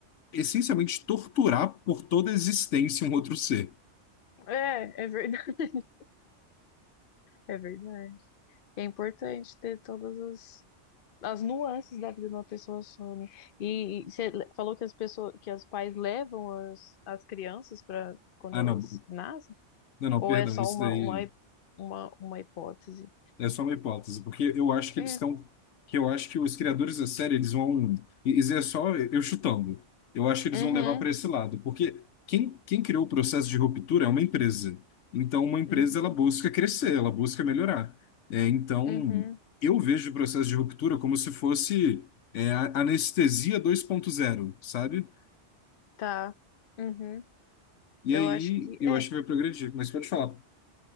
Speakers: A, on the left; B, on the left.
A: essencialmente torturar por toda a existência um outro ser.
B: É, é verdade. <laughs> É verdade. É importante ter todas as, as nuances da vida de uma pessoa só, né? E, e você le- falou que as pessoas, que os pais levam as, as crianças para quando
A: Ah,
B: elas
A: não.
B: nascem?
A: Não, não,
B: Ou
A: perdão,
B: é só
A: isso
B: uma,
A: daí.
B: uma, hip- uma, uma hipótese?
A: É só uma hipótese, porque eu acho que
B: É.
A: eles estão, que eu acho que os criadores da série eles vão, e- isso é só eu chutando. Eu acho que eles
B: Uhum,
A: vão levar para esse lado, porque quem, quem criou o processo de ruptura é uma empresa. Então, uma empresa
B: uhum,
A: ela busca crescer, ela busca melhorar. É, então,
B: uhum.
A: eu vejo o processo de ruptura como se fosse é, a anestesia 2.0, sabe?
B: Tá. Uhum.
A: E
B: Eu
A: aí
B: acho que
A: eu
B: é.
A: acho que vai progredir. Mas pode falar.